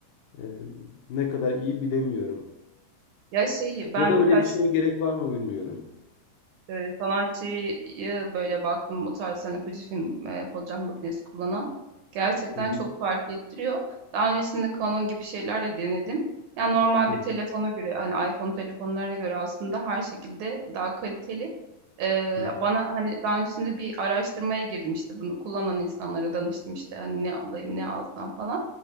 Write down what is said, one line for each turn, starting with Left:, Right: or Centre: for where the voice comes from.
Left: e, ne kadar iyi bilemiyorum.
Right: Ya, şey, ben
Left: Ya da öyle
Right: birkaç
Left: bir şeye gerek var mı bilmiyorum.
Right: Eee, sanatçıyı böyle baktım bu tarz hani Fujifilm, eee, fotoğraf makinesi kullanan gerçekten
Left: Hı hı,
Right: çok fark ettiriyor. Daha öncesinde Canon gibi şeylerle denedim. Yani normal
Left: hı
Right: bir
Left: hı,
Right: telefona göre hani iPhone telefonlarına göre aslında her şekilde daha kaliteli. Eee,
Left: hı hı.
Right: bana hani daha öncesinde bir araştırmaya girdim işte bunu kullanan insanlara danıştım işte hani ne alayım ne alsam falan.